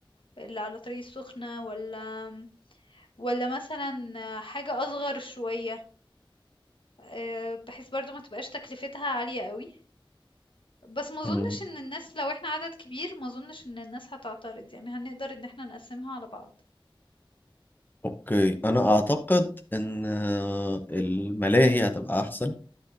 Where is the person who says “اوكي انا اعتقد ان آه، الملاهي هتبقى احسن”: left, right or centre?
Left